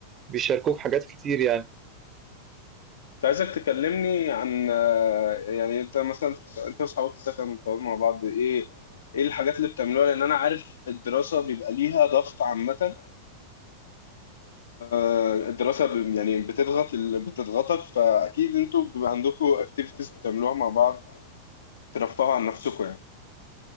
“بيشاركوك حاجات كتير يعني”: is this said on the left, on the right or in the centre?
Right